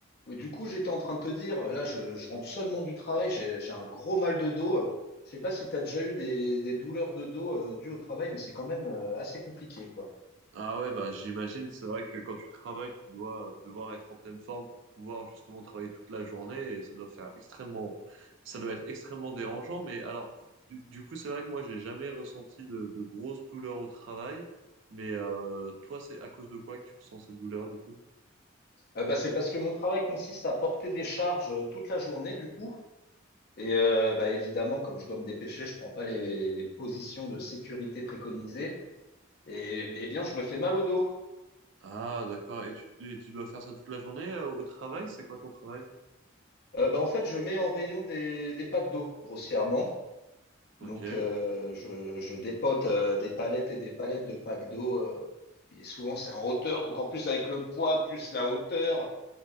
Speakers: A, on the left (about 50°); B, on the right (about 60°).
A: Oui, du coup, j'étais en train de te dire, euh, là, je, je rentre seulement du travail, j'ai, j'ai un gros mal de dos. Euh, Je sais pas si tu as déjà eu des, des douleurs de dos euh, dues au travail, mais c'est quand même euh, assez compliqué, quoi.
B: Ah ouais, bah j'imagine, c'est vrai que quand tu travailles, tu dois euh, devoir être en pleine forme pour pouvoir justement travailler toute la journée et ça doit faire extrêmement, ça doit être extrêmement dérangeant. Mais alors, du, du coup, c'est vrai que moi, j'ai jamais ressenti de, de grosses douleurs au travail. Mais euh, toi, c'est à cause de quoi que tu ressens ces douleurs du coup?
A: Euh, bah, c'est parce que mon travail consiste à porter des charges euh, toute la journée, du coup. Et euh, bah, évidemment, comme je dois me dépêcher, je prends pas les, les positions de sécurité préconisées. Et eh bien, je me fais mal au dos.
B: Ah, d'accord. Et tu, et tu dois faire ça toute la journée euh, au travail? C'est quoi ton travail?
A: Euh, bah, en fait, je mets en rayon des, des packs d'eau, grossièrement.
B: Ok.
A: Donc, euh, je, je dépote euh, des palettes et des palettes de packs d'eau. euh, et puis souvent, c'est en hauteur. Donc, en plus, avec le poids plus la hauteur,